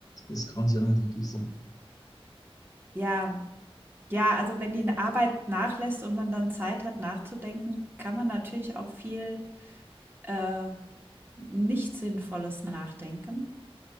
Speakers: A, on the left (about 35°); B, on the right (about 20°).
A: das kann es ja nicht wirklich sein.
B: ja. Ja, also, wenn die Arbeit nachlässt und man dann Zeit hat, nachzudenken, kann man natürlich auch viel, äh, nicht Sinnvolles nachdenken.